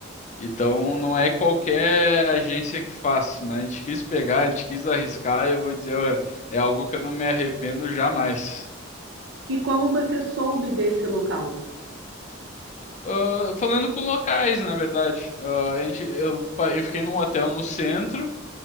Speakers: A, on the left (about 35°); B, on the right (about 70°).
A: Então não é qualquer agência que faz, mas a gente quis pegar, a gente quis arriscar e eu vou dizer, ó, é algo que eu não me arrependo jamais.
B: E como você soube desse local?
A: Ah, falando com locais, na verdade. Ah, a gente, eu, pa- eu fiquei num hotel no centro